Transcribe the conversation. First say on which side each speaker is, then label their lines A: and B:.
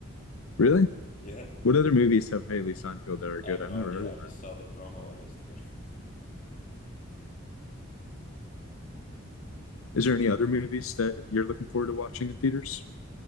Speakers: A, on the left; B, on the left.
A: Really?
B: <laughs> Yeah.
A: What other movies have Haley Steinfeld that are
B: I
A: good?
B: have no
A: I've never
B: idea.
A: heard of
B: I just
A: her.
B: saw the promo on Instagram. <laughs>
A: Is there any other movies that you're looking forward to watching in theaters?